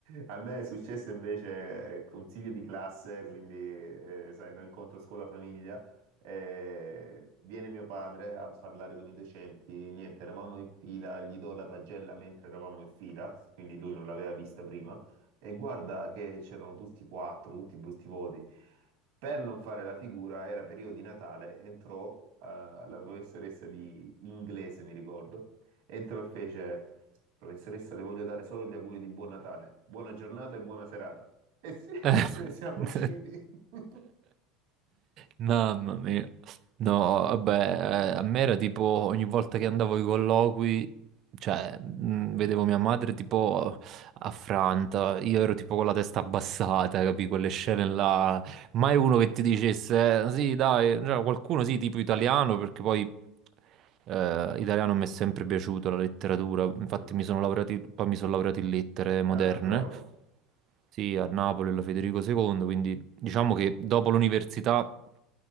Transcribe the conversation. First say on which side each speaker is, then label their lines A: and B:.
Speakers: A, on the right; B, on the right.
A: a me è successo invece eh, consiglio di classe, quindi eh, sai, un incontro scuola-famiglia, eh, viene mio padre a parlare con i docenti, niente, eravamo in fila, gli do la pagella mentre eravamo in fila, quindi lui non l'aveva vista prima, e guarda che c'erano tutti quattro, tutti brutti voti. Per non fare la figura, era periodo di Natale, entrò eh, la professoressa di inglese, mi ricordo, entrò e fece... Professoressa, le voglio dare solo gli auguri di buon Natale, buona giornata e buona serata. E sì,
B: <laughs>
A: <laughs> ce ne siamo
B: Eh.
A: usciti. <laughs>
B: Mamma mia. No, vabbè, eh, a me era tipo ogni volta che andavo ai colloqui, cioè, mh, vedevo mia madre tipo affranta, io ero tipo con la testa abbassata, capì? Quelle scene là, mai uno che ti dicesse, "Eh, sì, dai, cioè, qualcuno sì, tipo italiano, perché poi eh, italiano mi è sempre piaciuto la letteratura, infatti
A: Mm.
B: mi sono laureato, in- poi mi sono laureato in lettere moderne,
A: Ah, bravo.
B: sì, a Napoli, alla Federico II, quindi diciamo che dopo l'università ho